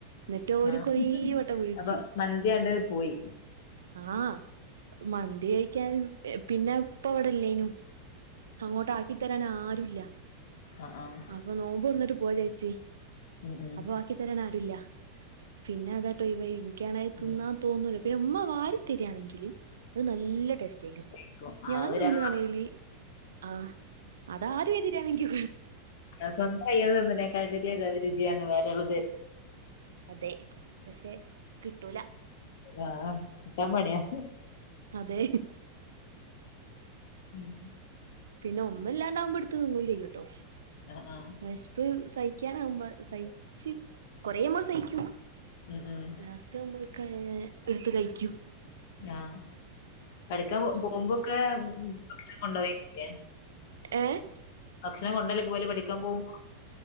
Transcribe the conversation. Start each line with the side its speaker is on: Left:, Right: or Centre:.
Right: ന്നെട്ടോര്
Left: ആഹ്
Right: കൊറേ വട്ടം വിൾച്ച്
Left: അപ്പൊ മന്തിയാണ്ട് പോയി
Right: ആഹ് മന്തി കഴിക്കാനും പിന്നെ ഉപ്പ ഇവെടെല്ലേനു അങ്ങോട്ട് ആക്കിത്തരാനാരുല്ലാ
Left: അഹ് ആഹ്
Right: അപ്പ നോമ്പൊർന്ന്ട്ട് പോവാചാര്ച്ചി
Left: ഉം ഉം
Right: അപ്പ ആക്കി തരാനാരുല്ലാ പിന്നെ അതാട്ടാെയവായ് ഇൻയ്ക്കാണെ അത്
Left: ഉം
Right: ത്‌ന്നാ തോന്നൂലാ പിന്നെ ഉമ്മ വാരി തെരാണെങ്കില് അത് നല്ലെ ടേസ്റ്റായ്ര്ക്കും
Left: കഴിക്കും. ആ
Right: ഞാൻ
Left: ഒരാ
Right: തിന്നാണേല് ആഹ് അത് ആ രീതിയിലാണെങ്കിൽ
Left: സ്വന്തം കയ്യോണ്ട് തിന്ന് നേക്കാളും രുചിയാണ് വരെയുള്ളോർ തരുമ്പോ
Right: അതെ പക്ഷെ കിട്ടൂല
Left: ആഹ് കിട്ടാൻ പണിയാ
Right: അതെ
Left: ഉം <inaudible>
Right: പിന്നെ ഒന്നുംല്ലാണ്ടാവുമ്പോടുത്തു തിന്നുചെയ്യൂട്ടോ
Left: ആഹ് ആഹ്
Right: ബഷ്പ് സഹിക്കാന ആകുമ്പോ സഹിച്ച് കൊറേമ്മൾ സഹിക്കും
Left: ഉം ഉം
Right: ലാസ്റ്റ് ആവുമ്പൾക്കെ എടുത്ത് കഴിക്കൂ
Left: ആഹ് പഠിക്കാൻ പോകുമ്പോക്കെ ഭക്ഷണം കൊണ്ടൊക്കായിരിക്കുലെ
Right: ഏഹ്
Left: ഭക്ഷണം കൊണ്ടല്ലേ പോവൽ പഠിക്കാൻ പോകുമ്പോ